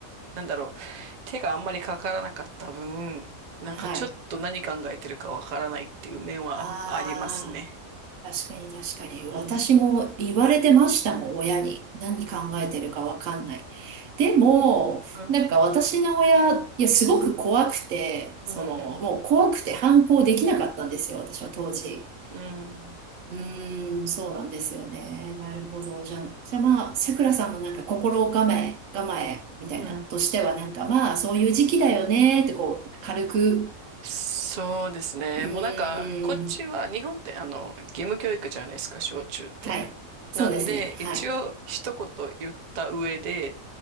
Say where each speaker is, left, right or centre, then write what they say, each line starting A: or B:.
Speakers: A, on the right (about 50°); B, on the right (about 70°).
A: なんだろう、手があんまりかからなかった分、なんかちょっと何考えてるかわからないっていう面はありますね。
B: はい。あー。確かに確かに。
A: うん。
B: 私も言われてましたもん、親に。何考えてるかわかんない。でも、
A: うん。
B: なんか私の親、いや、すごく怖くて、その、
A: うん。
B: もう怖くて反抗できなかったんですよ、私は当時。
A: うん。
B: うーん、そうなんですよね。なるほど。じゃあ、じゃあまあ、さくらさんのなんか心構え、構えみたいな、
A: うん。
B: としてはなんかまあ、そういう時期だよね、ってこう、軽く、
A: そうですね。
B: うーん、
A: もうなんか、こっちは、日本ってあの、義務教育じゃないですか、小中って。
B: はい。そうですね。
A: なんで、
B: はい。
A: 一応、一言言った上で、